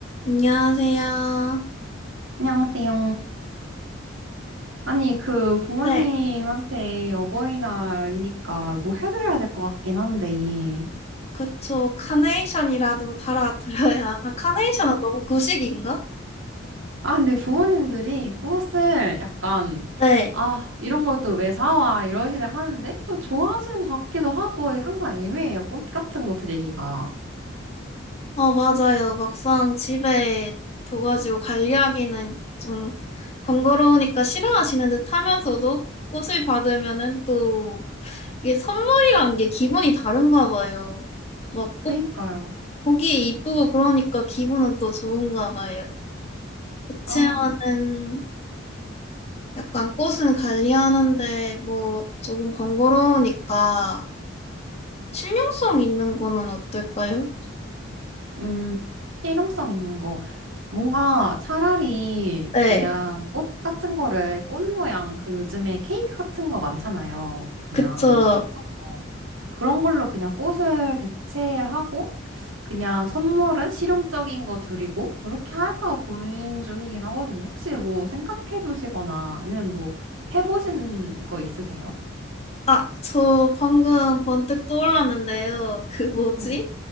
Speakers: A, on the left; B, on the right.
A: 안녕하세요.
B: 안녕하세요. 아니, 그 부모님한테
A: 네,
B: 어버이날이니까 뭐 해드려야 될 것 같긴 한데.
A: 그쵸. 카네이션이라도 달아드려야. 아, 카네이션은 너무 구식인가?
B: 아, 근데 부모님들이 꽃을 약간,
A: 네.
B: 아, 이런 걸 또 왜 사와? 이러시긴 하는데, 또 좋아하시는 것 같기도 하고, 항상 애매해요. 꽃 같은 거 드리기가.
A: 어, 맞아요. 막상 집에 둬가지고 관리하기는 좀 번거로우니까 싫어하시는 듯 하면서도 꽃을 받으면은 또 이게 선물이란 게 기분이 다른가 봐요. 막
B: 그니까요.
A: 꽃 보기에 이쁘고 그러니까 기분은 또 좋은가 봐요. 그치만은
B: 아,
A: 약간 꽃은 관리하는데 뭐 조금 번거로우니까 실용성 있는 거는 어떨까요?
B: 음, 실용성 있는 거. 뭔가 차라리
A: 네,
B: 그냥 꽃 같은 거를 꽃 모양 그 요즘에 케이크 같은 거 많잖아요. 그냥
A: 그쵸.
B: 예쁜 거. 그런 걸로 그냥 꽃을 대체하고 그냥 선물은 실용적인 거 드리고 그렇게 할까 고민 중이긴 하거든요. 혹시 뭐 생각해 두시거나 아니면 뭐 해보신 거 있으세요?
A: 아, 저 방금 번뜩 떠올랐는데요. 그 뭐지?
B: 네.